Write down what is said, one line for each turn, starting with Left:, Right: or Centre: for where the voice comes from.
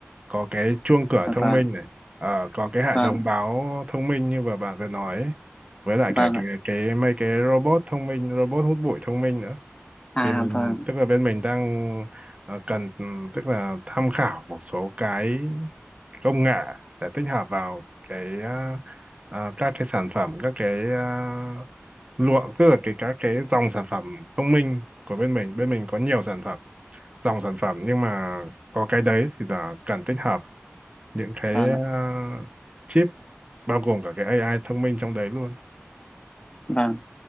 Right: có cái chuông cửa
Left: À,
Right: thông
Left: vâng
Right: minh này, ờ, có cái hệ
Left: vâng
Right: thống báo thông minh như vừa bạn vừa nói ấy, với lại
Left: vâng
Right: cả cái
Left: ạ
Right: cái mấy cái robot thông minh, robot hút bụi thông minh nữa
Left: à
Right: thì mình
Left: vâng
Right: tức là bên mình đang ờ, cần ừm, tức là tham khảo một số cái công nghệ để tích hợp vào cái à, à, các cái sản phẩm các cái uh, lụa tức là cái các cái dòng sản phẩm thông minh của bên mình bên mình có nhiều sản phẩm dòng sản phẩm nhưng mà có cái đấy thì là cần tích hợp những cái
Left: vâng
Right: à,
Left: ạ
Right: chip bao gồm cả cái AI thông minh trong đấy luôn
Left: vâng